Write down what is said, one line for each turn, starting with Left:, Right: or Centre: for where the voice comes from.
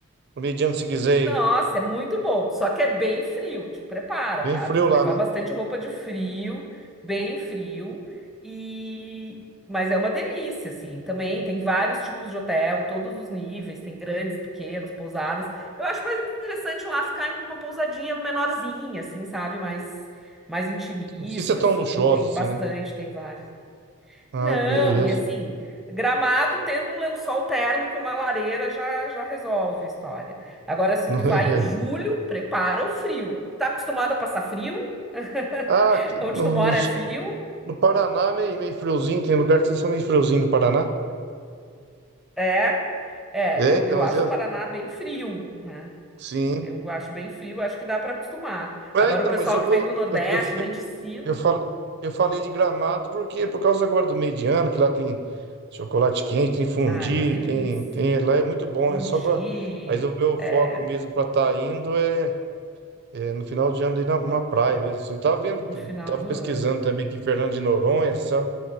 Right: Pro meio de ano se quiser
Centre: Nossa,
Right: ir
Centre: é muito bom, só que é bem frio, te prepara,
Right: bem
Centre: tá?
Right: frio
Centre: Tem que
Right: lá,
Centre: levar
Right: né?
Centre: bastante roupa de frio, bem frio, e mas é uma delícia, assim. Também tem vários tipos de hotel, todos os níveis, tem grandes, pequenos, pousadas. Eu acho mais interessante lá ficar em uma pousadinha menorzinha, assim, sabe? Mais mais intimista,
Right: Não precisa ser tão
Centre: assim,
Right: luxuoso
Centre: tem
Right: assim,
Centre: bastante,
Right: né?
Centre: tem várias.
Right: Ah,
Centre: Não,
Right: beleza.
Centre: e assim, Gramado tendo um lençol térmico e uma lareira já, já resolve a história. Agora, se
Right: <laughs>
Centre: tu vai em julho, prepara o frio. Tá acostumado a passar frio? <laughs>
Right: Ah, aqui
Centre: Onde
Right: no,
Centre: tu mora
Right: nos-
Centre: é frio?
Right: no Paraná meio, meio friozinho, tem lugar que vocês são meio friozinho no Paraná?
Centre: É, é,
Right: É,
Centre: eu,
Right: então,
Centre: eu
Right: mas
Centre: acho
Right: eu.
Centre: o Paraná bem frio, né?
Right: Sim.
Centre: Eu acho bem frio, acho que dá para acostumar.
Right: É,
Centre: Agora,
Right: então,
Centre: o pessoal
Right: mas eu vou.
Centre: que vem do Nordeste,
Right: Eu, eu,
Centre: vem de cima,
Right: eu, fal- eu falei de Gramado porque por causa agora do meio de ano, que lá tem chocolate quente, tem fondue,
Centre: ah, é uma delícia.
Right: tem, tem. Lá é muito bom,
Centre: Fondue,
Right: né? Só pra. Mas o meu
Centre: é,
Right: foco mesmo pra estar indo é, é no final de ano ali na, na praia mesmo. Assim. Eu tava vendo,
Centre: no final
Right: tava
Centre: do
Right: pesquisando
Centre: ano.
Right: também aqui Fernando de Noronha, sabe?